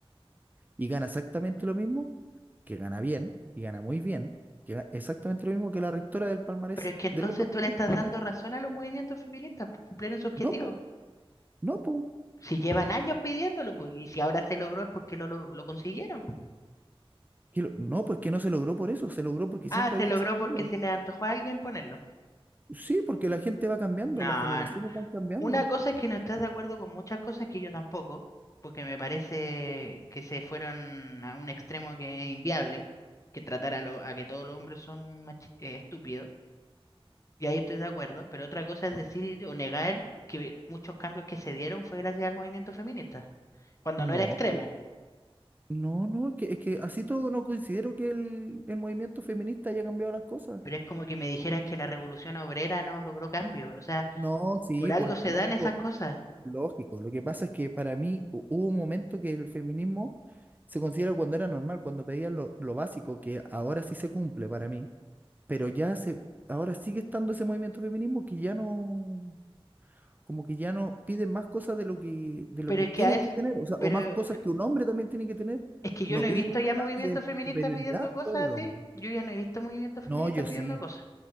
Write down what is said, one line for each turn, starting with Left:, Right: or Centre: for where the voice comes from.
Right: Y gana exactamente lo mismo, que gana bien, y gana muy bien, que gana exactamente lo mismo que la rectora del Palmarés,
Left: Pero es que entonces
Right: del otro Palmarés.
Left: tú le estás dando razón a los movimientos feministas, pues cumplieron su objetivo.
Right: No, po, no, po.
Left: Si llevan años pidiéndolo, pues, y si ahora se logró es porque lo, lo, lo consiguieron. pues.
Right: Que lo- No, pues que no se logró por eso, se logró porque
Left: Ah,
Right: siempre
Left: se
Right: había
Left: logró
Right: existido.
Left: porque se le antojó a alguien ponerlo.
Right: Sí, porque la gente va cambiando,
Left: No,
Right: las generaciones
Left: no.
Right: van cambiando.
Left: Una cosa es que no estás de acuerdo con muchas cosas que yo tampoco, porque me parece que se fueron a un extremo que es inviable, que tratar a, lo- a que todos los hombres son machi- eh, estúpidos, y ahí estoy de acuerdo, pero otra cosa es decir o negar que muchos cambios que se dieron fue gracias al movimiento feminista. cuando
Right: No,
Left: no era extremo,
Right: yo- no, no, es que, es que así todo no considero que el, el movimiento feminista haya cambiado las cosas.
Left: pero es como que me dijeras que la revolución obrera no logró cambio, o sea,
Right: No, sí,
Left: por algo
Right: por
Left: se
Right: lógico,
Left: dan esas cosas,
Right: lógico. Lo que pasa es que para mí hu- hubo un momento que el feminismo se considera cuando era normal, cuando pedían lo, lo básico, que ahora sí se cumple para mí, pero ya se, ahora sigue estando ese movimiento feminismo que ya no. como que ya no piden más cosas de lo que, de lo
Left: pero
Right: que
Left: es
Right: tienen
Left: que a es,
Right: que tener, o sea,
Left: pero
Right: o más cosas que un hombre también tiene que tener.
Left: es que yo
Right: No
Left: no
Right: piden
Left: he visto
Right: igualdad,
Left: ya movimientos
Right: piden
Left: feministas
Right: superioridad
Left: pidiendo cosas
Right: sobre el
Left: así,
Right: hombre.
Left: yo ya no he visto movimientos
Right: No,
Left: feministas
Right: yo
Left: pidiendo
Right: sí,
Left: cosas,